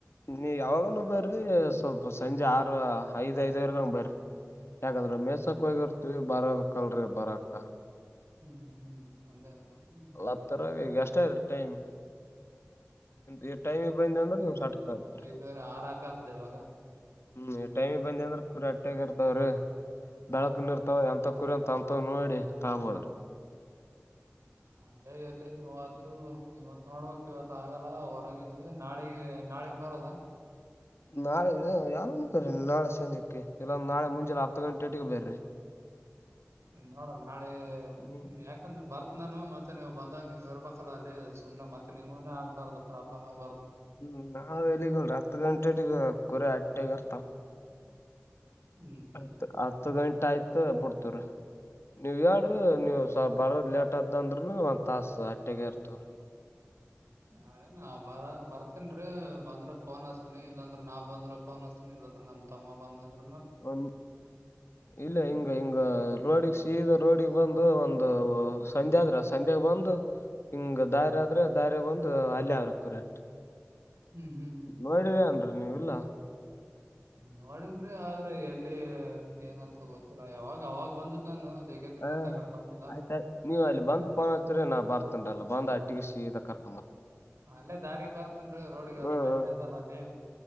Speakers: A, on the left; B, on the right.
A: ನೀ ಯಾವಾಗನ ಬರ್ರಿ ಸ್ವಲ್ಪ ಸಂಜೆ ಆರು ಐದ ದವರೆಗ ಹಂಗಗೆ ಬರ್ರ ಯಾಕಂದ್ರೆ ಮೇಸಕ್ ಹೋಗಿರ್ ಅ ಬರೋದ ಕಲ್ರಿ ಬರಕ್ಕ
B: ಹ್ಮ್ ಹ್ಮ್ ಅದೇ ಅದೇ ಹ್ಮ್
A: ಹತ್ತರ ಈಗ ಎಷ್ಟ ಆಯ್ತ ಟೈಮ್ ಈ ಟೈಮಿಗೆ ಬಂದೀನಿ ಅಂದ್ರೆ ನೀಮ್
B: ಏನು
A: ಸಾರ್ಟಕ್ ಆತ್ರಿ
B: ಒಂದ್ ಐದುವರೆ ಆರ್ ಹಾಕತ್ದ ಇವಾಗ
A: ಹ್ಮ್ ಟೈಮಿ ಬಂದಿ ಅಂದ್ರೆ ಕುರಿ ಅಟ್ಟೆಗ ಇರ್ತವ್ರೀ ದಡಳಕ್ನ್
B: ಹ್ಮ್
A: ಇರ್ತಾವ ಎಂತ ಕುರಿಂತ ತಂತ ನೋಡಿ ತಬೋದ್ರ
B: ಅದೇ ಎಲ್ಲಿ ಇವತ್ತು ಇವತ್ತು ನೋಡ್ಬೇಕಕ್ ಇವತ್ತು ಆಗಲ್ಲ ಹೊರಗಿದ್ವಿ ನಾಳೆಗೆ ನಾಳೆ ಎಗ್ ಬರದಾ
A: ನಾಳೆ ಯಾವ ಬರ್ರಿ ನಾಳೆ ಸಂಜೆಕ್ಕೆ ಇಲ್ಲಂದ ನಾಳೆ ಮುಂಜೆ ಹತ್ತು ಗಂಟೆ ಅಟ್ಟಿಗೆ ಬರ್ರಿ
B: ನೋಡಲ್ ನಾಳೆ
A: ಹ್ಮ್
B: ಯಾಕಂದ್ರ ಬರ್ತ್ ನಾನು ಮತ್ತೆ ನೀವವು ಬಂದಾಗ ನೀವ್ ಇರ್ಬೇಕಲ್ಲ ಅಲ್ಲಿ ಸುನೆ ಮತ್ತೆ ನಿಮ ಆಗ್ಬಾರ್ದು ಪ್ರಾಬ್ಲಮ್ ಆಗ್
A: ಹ್ಮ್ ನಾವ್ ಎಲ್ಲಿಗಲ್ ಹತ್ತು ಗಂಟೆ ತನಕ ಕುರಿ ಅಟ್ಟೆಗರ್ತಾವ
B: <inaudible> ಹ್ಮ್
A: ಹತ್ ಹತ್ತು ಗಂಟ ಆಯ್ತ ಬಿಡ್ತವ್ರ ನೀವ ಹೇಳ್ರಿ ನೀವು ಸ್ವಲ್ ಬರದ ಲೇಟ್ದ ಅಂದ್ರರುನು ಒಂದ್ ತಾಸು ಅಟ್ಟಗ ಇರ್ತವ್ರ
B: ನಾಳೆ ನಾ ಬರ ಬರ್ತನಿರೀ ಬಂದ್ರೆ ಫೋನ್ ಹಚ್ಚಿನಿ ಇಲ್ಲಾಂದ್ರ ನಾ ಬಂದ್ರೆ ಫೋನ್ ಹಚ್ಚಿನಿ ಇಲ್ಲ ನಮ್ಮ ತಮ್ಮ ಬಂದ ಅಂದ್ರ
A: ಒ ಇಲ್ಲ ಹಿಂಗ ಹಿಂಗ ರೋಡಿಗೆ ಸೀದ ರೋಡಿಗೆ ಬಂದು ಒಂದು ಸಂಧೆ ಆದ್ರ ಸಂಧ್ಯಾಗ ಬಂದು ಹಿಂಗ ದಾರ ಆದ್ರೆ ದಾರಿ ಬಂದು ಅಲ್ಯ ಅವ್ರಕುರೆೇಟ್
B: ಹ್ಮ್ ಹ್ಮ್ ಹ್ಮ್
A: ನೋಡಿವೇ ಅನ್ರಿ ನೀವ್ ಇಲ್ಲ
B: ನೋಡನ್ರೀ ಆದ್ರ ಎಲ್ಲಿ ಏನಂತ ಗೊತ್ತಿಲ್ಲ ಯಾವಾಗ ಅವಾಗ್ ಬಂದದ್ ನಾನು ಜಗ್ಗೆ ದಿನ
A: ಹ
B: ಆಯ್ತ ಆ ಕಡೆ ಬಂದಿಲ್ಲ
A: ಆಯ್ತಾಯ ನೀವು ಅಲ್ಲಿ ಬಂದ್ ಪೋನ್ ಹಚ್ಚೇರಿ ನಾ ಬರ್ತನ್ರೀ ಬಂದ್ ಅಟ್ಟಿಗೆ ಸೀದ ಕರ್
B: ಅಲ್ಲೇ ದಾರಿಗ್ ಬರ್ತ್ತನ್ರರಿ ರೋಡ್ಗೆ
A: ಹ್ಮ್
B: ಅದು ಕಟ್ಟಿ
A: ಹ್ಮ್
B: ಅದಲ್ಲ ಅಲ್ಲಿ